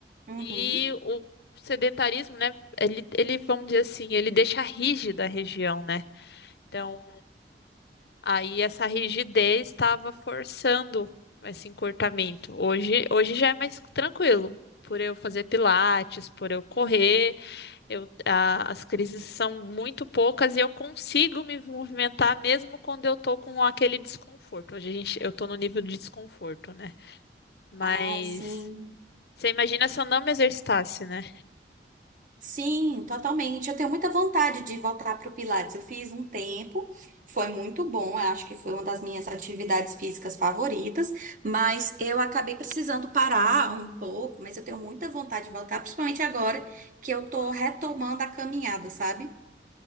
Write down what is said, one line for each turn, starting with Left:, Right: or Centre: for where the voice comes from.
Right: Uhum.
Left: e o sedentarismo, né? Ele, ele, vamos dizer assim, ele deixa rígida a região, né? Então, aí essa rigidez estava forçando esse encurtamento. Hoje, hoje já é mais tranquilo. Por eu fazer pilates, por eu correr, eu, a- as crises são muito poucas e eu consigo me movimentar mesmo quando eu tô com aquele desconforto. Hoje a gente, eu tô no nível de desconforto, né? Mas
Right: Ah, ai, sim.
Left: você imagina se eu não me exercitasse, né?
Right: Sim, totalmente. Eu tenho muita vontade de voltar para o Pilates. Eu fiz um tempo, foi muito bom. Eu acho que foi uma das minhas atividades físicas favoritas, mas eu acabei precisando parar um pouco. Mas eu tenho muita vontade de voltar, principalmente agora que eu tô retomando a caminhada, sabe?